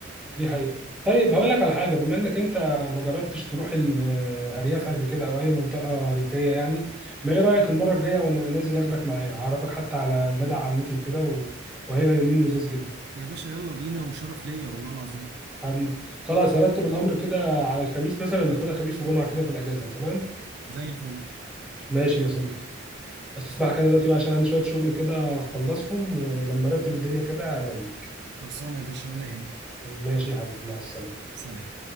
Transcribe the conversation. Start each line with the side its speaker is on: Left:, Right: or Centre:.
Centre: دي حقيقة طيب هقول لك على حاجة بما انك انت ما جربتش تروح الارياف قبل كده او اي منطقة ريفية يعني ما ايه رأيك المرة الجاية وانا نازل اخدك معايا اعرفك حتى على ولاد عمتي وكده و... وهيبقى يومين لذيذ جدا
Right: يا باشا يلا بينا وشرف ليا والله العظيم
Centre: حبيبي خلاص هرتب الامر كده على الخميس مثلا ناخدها خميس وجمعة كده في الاجازة تمام
Right: زي الفل
Centre: ماشي يا صديقي استسمحك انا دلوقتي بقى عشان عندي شوية شغل كده اخلصهم ولما ارتب الدنيا كده هلاقيك
Right: خلصانة يا باشا ولا يهمك
Centre: ماشي يا حبيبي مع السلامة
Right: سلام